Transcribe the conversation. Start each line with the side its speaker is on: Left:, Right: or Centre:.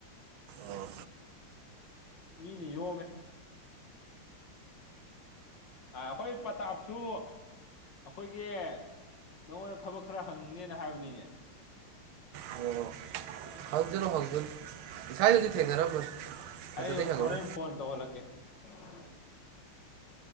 Right: ꯑꯣ
Left: ꯃꯤꯅ ꯌꯣꯝꯃꯦ ꯑ ꯑꯩꯈꯣꯏ ꯄꯇꯥꯞꯁꯨ ꯑꯩꯈꯣꯏꯒꯤ ꯅꯉꯣꯟꯗ ꯊꯕꯛ ꯈꯔ ꯍꯪꯅꯤꯅ ꯍꯥꯏꯕꯅꯤꯅꯦ
Right: ꯑꯣ
Left: ꯇꯗ꯭ꯔꯣ
Right: ꯍꯧꯖꯅꯨ ꯍꯧꯖꯅꯨ ꯉꯁꯥꯏꯗꯨꯗꯤ ꯊꯦꯡꯅꯝꯃꯔꯣ
Left: ꯑꯩ
Right: ꯑꯗꯨꯗꯧ ꯍꯪꯉꯛꯎ
Left: ꯍꯣꯔꯦꯟ ꯐꯣꯟ ꯇꯧꯍꯂꯛꯀꯦ <unintelligible>